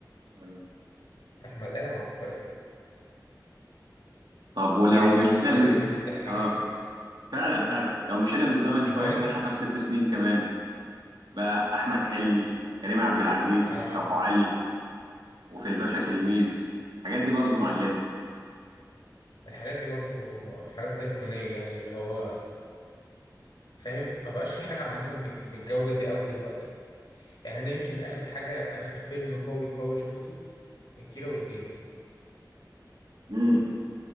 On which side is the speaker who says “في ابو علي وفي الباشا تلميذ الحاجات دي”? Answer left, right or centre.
Right